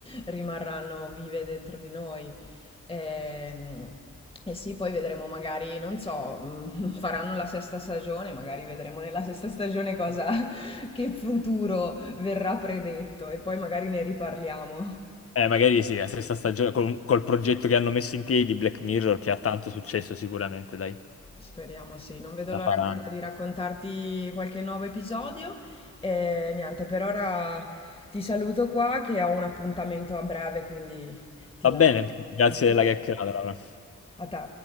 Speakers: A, on the left; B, on the left.
A: rimarranno vive dentro di noi. Ehm, E, sì, poi vedremo magari, non so, mm, <laughs> faranno la sesta stagione, magari vedremo nella sesta stagione cosa, <laughs> che futuro verrà predetto e poi magari ne riparliamo.
B: Eh, magari sì, la stessa stagione, col, col progetto che hanno messo in piedi di Black Mirror, che ha tanto successo sicuramente, dai,
A: Speriamo sì, non vedo
B: la
A: l'ora
B: faranno.
A: guarda, di raccontarti qualche nuovo episodio. E niente, per ora ti saluto qua che ho un appuntamento a breve, quindi ti
B: Va
A: lascio.
B: bene, grazie
A: ok?
B: della chiacchierata, Laura.
A: A te.